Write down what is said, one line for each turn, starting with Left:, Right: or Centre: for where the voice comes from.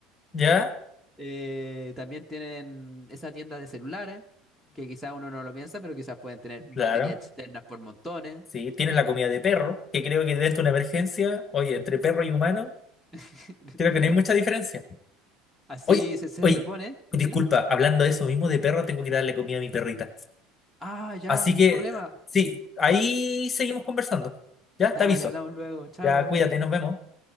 Left: ¿Ya?
Centre: Eh, también tienen esa tienda de celulares, que quizás uno no lo piensa, pero quizás pueden tener baterías
Left: Claro,
Centre: externas por montones.
Left: sí. Tienes la comida de perro, que creo que dentro de una emergencia, oye, entre perro y humano,
Centre: <laughs>
Left: creo que no hay mucha diferencia.
Centre: Así
Left: Oye,
Centre: se, se
Left: oye,
Centre: supone.
Left: disculpa,
Centre: Dime.
Left: hablando de eso mismo de perro, tengo que darle comida a mi perrita.
Centre: Ah, ya,
Left: Así
Centre: sin
Left: que,
Centre: problema.
Left: sí, ahí seguimos conversando. Ya,
Centre: Dale,
Left: te aviso.
Centre: hablamos luego. Chao.
Left: Ya, cuídate, nos vemos.